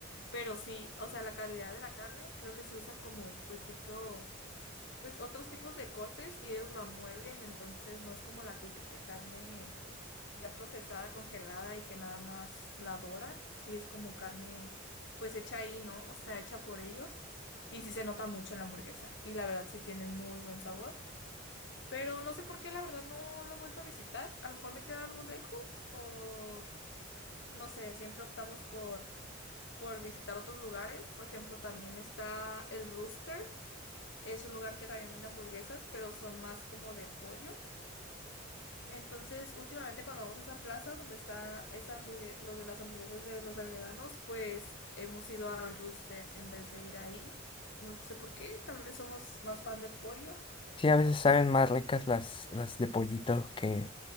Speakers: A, on the left (about 60°); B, on the left (about 25°).
A: pero sí, o sea, la calidad de la carne, creo que sí usan como pues tipo pues otros tipos de cortes y ellos la muelen, entonces no es como la típica carne ya procesada, congelada y que nada más la doran, sí es como carne pues hecha ahí, ¿no? O sea, hecha por ellos y sí se nota mucho en la hamburguesa y la verdad sí tiene muy buen sabor, pero no sé por qué la verdad no lo he vuelto a visitar, a lo mejor me queda algo lejos o no sé, siempre optamos por por visitar otros lugares, por ejemplo, también está el Rooster es un lugar que también vende hamburguesas, pero son más como de pollo. Entonces, últimamente cuando vamos a esa plaza donde está esa hamburgue- los de las hamburguesas de los agredanos, pues hemos ido al Rooster en vez de ir ahí. No sé por qué, tal vez somos más fan del pollo.
B: Sí, a veces saben más ricas las, las de pollito que